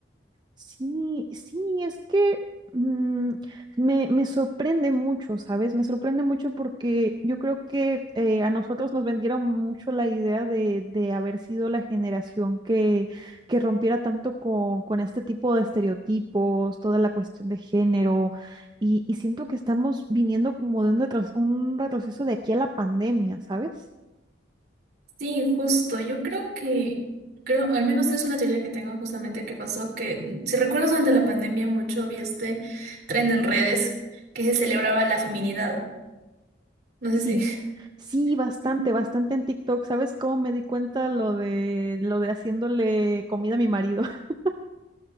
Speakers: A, on the right; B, on the right.
A: Sí, sí, es que mm, me, me sorprende mucho, ¿sabes? Me sorprende mucho porque yo creo que eh, a nosotros nos vendieron mucho la idea de, de haber sido la generación que, que rompiera tanto con, con este tipo de estereotipos, toda la cuestión de género, y, y siento que estamos viniendo como de un, retro- un retroceso de aquí a la pandemia, ¿sabes?
B: Sí, justo. Yo creo que, creo, al menos es una teoría que tengo justamente que pasó que, si recuerdas durante la pandemia mucho había este trend en redes que se celebraba la feminidad. No
A: Sí,
B: sé si.
A: sí, bastante,
B: <laughs>
A: bastante en TikTok. ¿Sabes cómo me di cuenta lo de lo de haciéndole comida a mi marido? <laughs>